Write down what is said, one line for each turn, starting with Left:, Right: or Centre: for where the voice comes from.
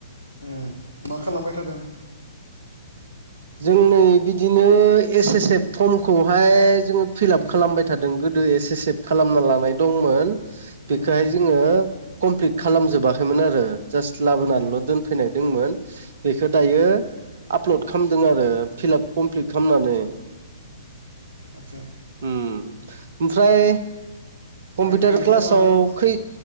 Left: ए मा खालामबाय थादों?
Right: जों नै बिदिनो एस एस एफ फर्मखौहाय जोङो फिलाप
Left: उम
Right: खालामबाय थादों गोदो एससफ खालामना लानाय दंमोन बेखौहाय
Left: उम
Right: जोङो कमप्लिट खालामजोबाखैमोन आरो जास्ट लाबोनानैल'
Left: उम
Right: दोन फैनाय दंमोन बेखौ दायो आपलड खालाम खालामदों आरो फिलाप कमप्लिट खालामनानै
Left: आतसा
Right: ओम ओमफ्राय कम्पिउटार
Left: आं थांनाय
Right: क्लासाव
Left: जाला बेयाव
Right: खै